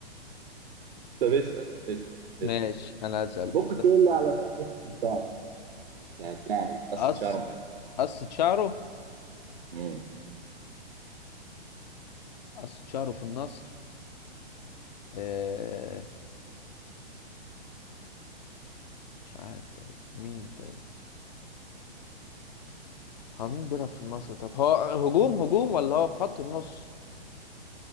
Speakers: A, on the right; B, on the left.
A: طب اسأل اسأل اسأل
B: ماشي انا هسأل
A: ممكن تقول لي على قصة شعر يعني سألتها عليك قصة
B: قص
A: شعر مميز.
B: قصة شعره
A: مم.
B: قصة شعره في النصر آه... مش عارف طيب مين طيب هو مين بيلعب في النصر طب هو هجوم هجوم ولا هو في خط النص